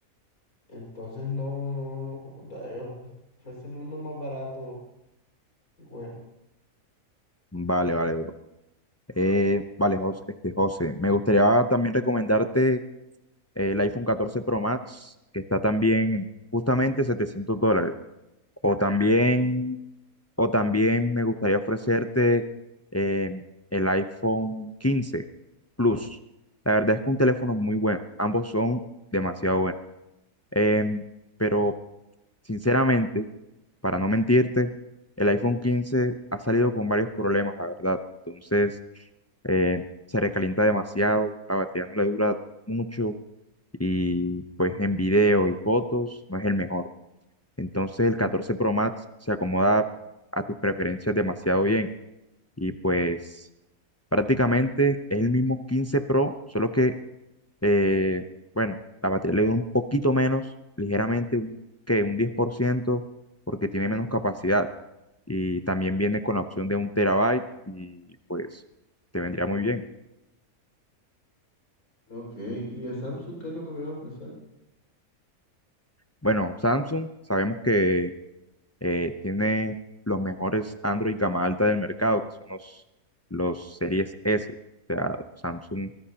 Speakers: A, on the left; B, on the left.
A: Entonces, no, no, no, da- eh, ofréceme uno más barato. Y bueno,
B: Vale, vale, bro. Eh, vale, Jos- este, José, me gustaría también recomendarte el iPhone catorce Pro Max, que está también en justamente 700 dólares. O también, o también me gustaría ofrecerte eh, el iPhone quince Plus. La verdad es que un teléfono muy bueno. Ambos son demasiado buenos. Em, pero sinceramente, para no mentirte, el iPhone 15 ha salido con varios problemas, la verdad. Entonces, eh, se recalienta demasiado, la batería no le dura mucho y pues en video y fotos no es el mejor. Entonces el 14 Pro Max se acomoda a tus preferencias demasiado bien y pues prácticamente es el mismo 15 Pro, solo que, eh, bueno, la batería le dura un poquito menos, ligeramente, un, que un 10% porque tiene menos capacidad y también viene con la opción de un terabyte y pues te vendría muy bien.
A: Ok, ¿y de Samsung qué es lo que me va a ofrecer?
B: Bueno, Samsung, sabemos que eh, tiene los mejores Android gama alta del mercado, que son los, los series S, o sea, Samsung